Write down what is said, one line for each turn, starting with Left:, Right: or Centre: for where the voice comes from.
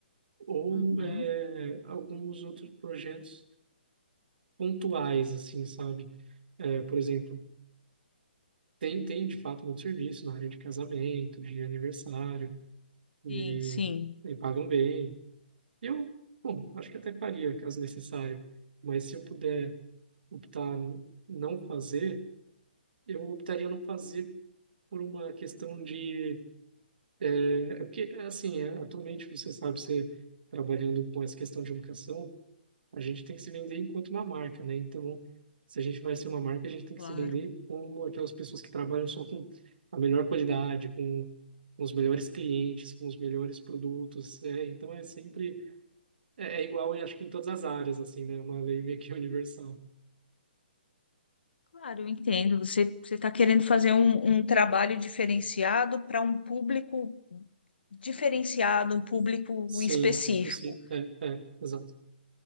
Right: ou
Left: Uhum.
Right: eh, alguns outros projetos pontuais, assim, sabe? Eh, por exemplo, Tem, tem, de fato, muito serviço na área de casamento, de aniversário, e,
Left: Sim, sim,
Right: e pagam bem. Eu, bom, acho que até faria, caso necessário. Mas se eu puder optar n- não fazer, eu optaria não fazer por uma questão de... É é porque, assim, é, atualmente, você sabe, você trabalhando com essa questão de educação, a gente tem que se vender enquanto uma marca, né? Então, se a gente vai ser uma marca, a gente tem
Left: claro.
Right: que se vender como aquelas pessoas que trabalham só com a melhor qualidade, com, com os melhores clientes, com os melhores produtos. É, então, é sempre é, é igual, eu acho que em todas as áreas, assim, né? É Uma lei meio que <laughs> universal.
Left: Claro, eu entendo. Você você está querendo fazer um, um trabalho diferenciado para um público diferenciado, um público
Right: Sim,
Left: específico.
Right: se possível. É, é, exato.